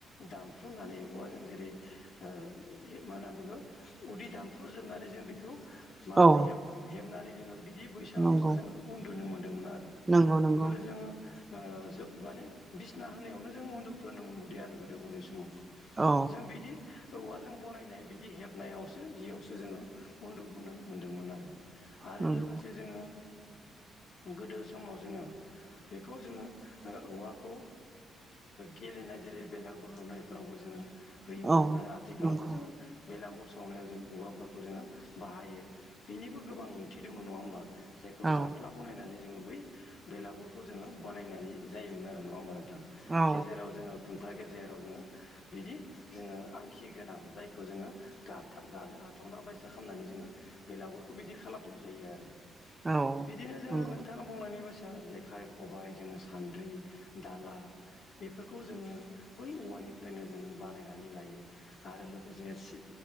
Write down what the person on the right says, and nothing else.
औ
नंगौ
नंगौ नंगौ
औ
नंगौ
औ
नंगौ
औ
औ
औ
नंगौ